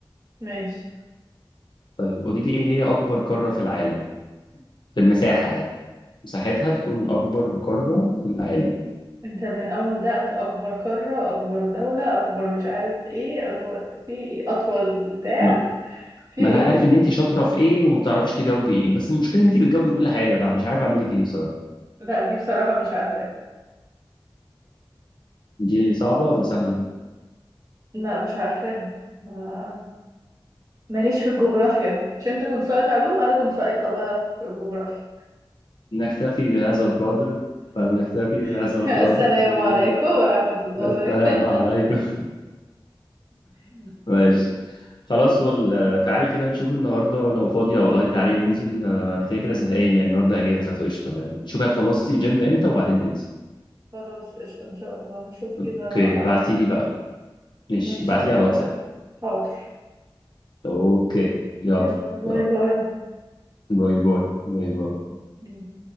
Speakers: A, on the right; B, on the left.
A: ماشي
B: طيب قولي لي إيه هي أكبر قارة في العالم في المساحة يعني مساحتها تكون أكبر قارة في العالم
A: أنت من أول ما بدأت أكبر قارة أكبر دولة أكبر مش عارف إيه أكبر في إيه أطول بتاع
B: م-
A: في
B: ما
A: إيه
B: أنا عارف إن أنت شاطرة في إيه وما بتعرفي تجاوبي إيه بس المشكلة إن أنت بتجاوبي كل حاجة أنا مش عارف أعمل لك إيه بصراحة
A: لا دي بصراحة مش عارفاها
B: دي صعبة ولا سهلة
A: لا مش عارفاها ما ماليش في الجغرافيا مش أنت كنت ساقط علوم أنا كنت ساقطة بقى في الجغرافيا
B: نكتفي بهذا القدر فلنكتفي بهذا
A: <laughs>
B: القدر
A: السلام
B: وهو
A: عليكم ورحمة الله
B: ده السلام
A: وبركاته
B: عليكم <laughs>
A: <laughs>
B: ماشي خلاص وال- تعالي كده نشوف النهارده لو فاضية والله تعالي ننزل آه، انا كده كده زهقان يعني النهارده اجازة فقشطة يعني شوفي هتخلصي جيم امتى وبعدين ننزل
A: خلاص قشطة إن شاء الله هشوف كده
B: اوكي
A: وهبعتلك
B: بعتي لي بقى ماشي
A: ماشي
B: بعتي
A: يا هند.
B: لي على الواتساب
A: حاضر
B: اوكي يلا
A: يلا
B: يلا
A: باي
B: باي باي باي باي
A: باي